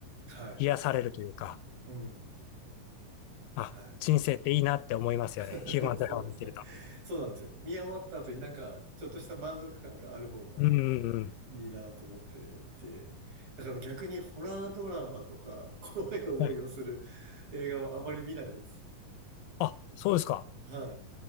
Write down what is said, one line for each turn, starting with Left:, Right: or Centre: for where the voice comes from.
Right: はい。
Left: 癒されるというか、
Right: うん。
Left: あ、
Right: はい。
Left: 人生っていいなって思いますよね。
Right: <laughs>
Left: ヒューマンドラマ見てると。
Right: そうですね。そうなんですよ。見終わった後になんか、ちょっとした満足感がある方が
Left: うんうんうん。
Right: いいなと思っていて。だから逆にホラードラマとか、<laughs> 怖い思いをする
Left: はい。
Right: 映画はあまり見ないです。
Left: あ、そうですか。
Right: <laughs> は